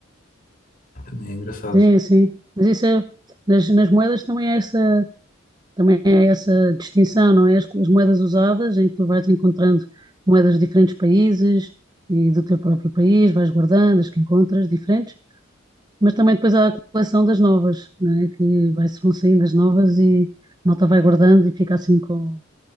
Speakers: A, on the left (about 45°); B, on the right (about 20°).
A: Também é engraçado.
B: Sim, sim. Mas isso é, nas, nas moedas também é essa, também é essa distinção, não é? As, as moedas usadas em que tu vais encontrando moedas de diferentes países e do teu próprio país, vais guardando as que encontras diferentes, mas também depois há a coleção das novas, não é? Que vai, vão saindo as novas e a malta vai guardando e fica assim com